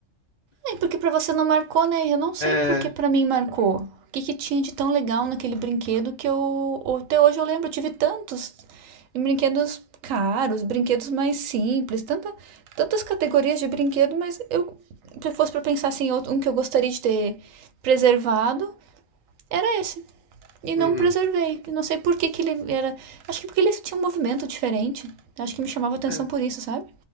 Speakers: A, on the right; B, on the left.
A: É, porque pra você não marcou, né? Eu não sei
B: É.
A: porque pra mim marcou. O que que tinha de tão legal naquele brinquedo que eu até hoje eu lembro, eu tive tantos brinquedos caros, brinquedos mais simples, tanta, tantas categorias de brinquedo, mas eu se fosse pra pensar assim, outro- um que eu gostaria de ter preservado, era esse. E
B: uhum.
A: não preservei. Não sei por que que ele era, acho que porque ele tinha um movimento diferente. Acho que me chamava atenção
B: É.
A: por isso, sabe?